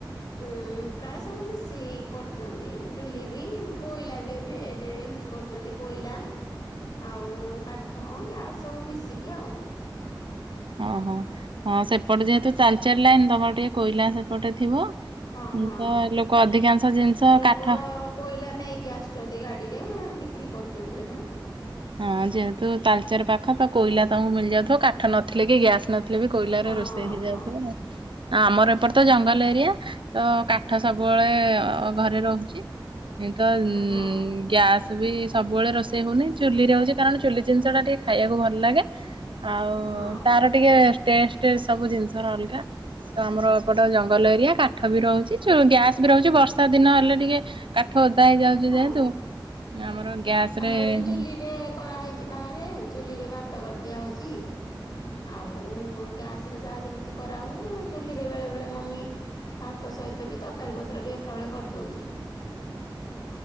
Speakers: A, on the left; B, on the right.
A: ଉଁ ପ୍ରାୟ ସବୁ ମିଶିକି କରୁଛନ୍ତି ଚୁଲି ବି କୋଇଲା ବି ଏବେ ଦେ ଇଉଜ୍ କରୁଚନ୍ତି କୋଇଲା ଆଉ କାଠ ଗ୍ୟାସ ସବୁ ମିଶିକି ଆଉ।
B: ଓହୋ ହଁ ସେପଟେ ଯେହେତୁ ତାଳଚେର୍ ଲାଇନ୍ ତମର ଟିକେ କୋଇଲା ସେପଟେ ଥିବ।
A: ହଁ ହଁ।
B: ତ ଲୋକ ଅଧିକାଂଶ ଜିନିଷ
A: ଲୋକ
B: କାଠ
A: କୋଇଲା ନେଇକି ଆସୁଚନ୍ତି ଗାଡିରେ ବିକ୍ରି କରୁଚନ୍ତି ଆଡେ।
B: ହଁ ଯେହେତୁ ତାଳଚେର୍ ପାଖ ତ କୋଇଲା ତମକୁ ମିଳିଯାଉଥିବ କାଠ ନଥିଲେ ବି ଗ୍ୟାସ୍ ନଥିଲେ ବି କୋଇଲାରେ
A: ହଁ
B: ରୋଷେଇ ହେଇଯାଉଥିବ।
A: ହଁ
B: ଆମର ଏପଟ ତ ଜଙ୍ଗଲ ଏରିଆ ତ କାଠ ସବୁବେଳେ ଘରେ ରହୁଛି। ଏ ତ ଉଁ
A: ହଁ ହଁ
B: ଗ୍ୟାସ୍ ବି ସବୁବେଳେ ରୋଷେଇ ହଉନି। ଚୁଲିରେ ହଉଛି କାରଣ ଚୁଲି ଜିନିଷ ଟା ଟିକେ ଖାଇବାକୁ ଭଲ୍ ଲାଗେ, ଆଉ
A: ହଁ
B: ତାର ଟିକେ ଟେଷ୍ଟେ ସବୁ ଜିନିଷର ଅଲଗା। ତ ଆମର ଏପଟ ଜଙ୍ଗଲ ଏରିଆ କାଠ ବି ରହୁଚି ଗ୍ୟାସ୍ ବି ରହୁଚି ବର୍ଷା ଦିନ ହେଲେ ଟିକେ କାଠ ଓଦା ହେଇଯାଉଚି
A: ହଁ।
B: ଯେହେତୁ ଆମର ଗ୍ୟାସ ରେ
A: ଆମର ବି ଚୁଲିଟେ କରାହେଇଚି ବାହାରେ, ଚୁଲି ରେ ଭାତ କରିଦିଆ ହଉଚି ଆଉ ଗ୍ୟାସ୍ ରେ ଯାହା ଯେମତି କରାହୁଏ, ଚୁଲିରେ ବେଳେ-ବେଳେ ମମି ଭାତ ସହିତ ବି ତରକାରୀ ପତ୍ର ବି ଏକାବଳେ କରିଦଉଚି।